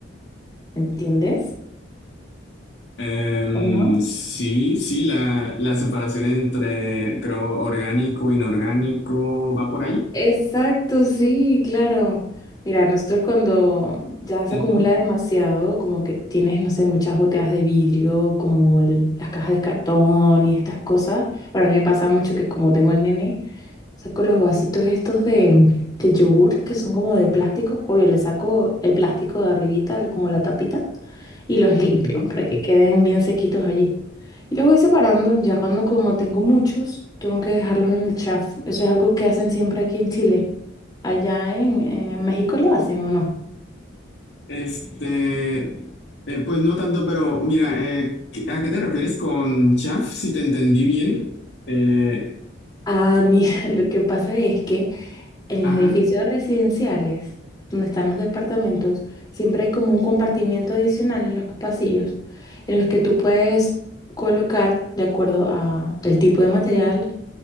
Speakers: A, on the left (about 20°); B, on the left (about 60°).
A: ¿entiendes?
B: Em,
A: ¿O no?
B: sí, sí, la, la separación entre, creo, orgánico, inorgánico, ¿va por ahí?
A: Exacto, sí, claro. Mira, nosotros cuando ya se
B: Ujú,
A: acumula demasiado, como que tienes, no sé, muchas botellas de vidrio, como el- las cajas de cartón y estas cosas. Bueno, a mí me pasa mucho que como tengo el nene, saco los vasitos estos de, de yogur, que son como de plástico. Obvio, le saco el plástico de arribita, como la tapita, y los limpio
B: ujú.
A: para que queden bien sequitos allí. Y los voy separando, ya cuando como tengo muchos, tengo que dejarlos en el chaf. Eso es algo que hacen siempre aquí en Chile. Allá en, en México lo hacen o no.
B: Este, eh, pues no tanto, pero mira, eh, ¿a qué te refieres con chaff? Si te entendí bien. Eh,
A: Ah, mira, <laughs> lo que pasa es que en
B: ajá.
A: los edificios residenciales, donde están los departamentos, siempre hay como un compartimiento adicional en los pasillos, en los que tú puedes colocar, de acuerdo a el tipo de material,